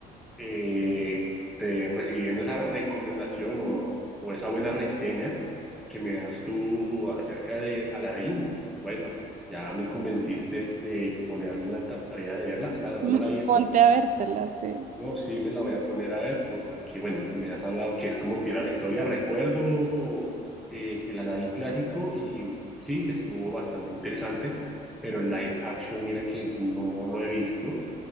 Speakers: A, in the centre; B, on the right.
A: eh, te, recibiendo esa recomendación o, o esa buena reseña que me das tú acerca de Aladdin, bueno, ya me convenciste de ponerme en la tarea de verla. La verdad
B: Mm,
A: no la he visto.
B: Ponte a vértela, sí.
A: No, sí me la voy a poner a ver porque, bueno, me has hablado que es como fiel a la historia. Recuerdo eh, el Aladdin clásico y sí, estuvo bastante interesante, pero el live action, mira que no lo he visto.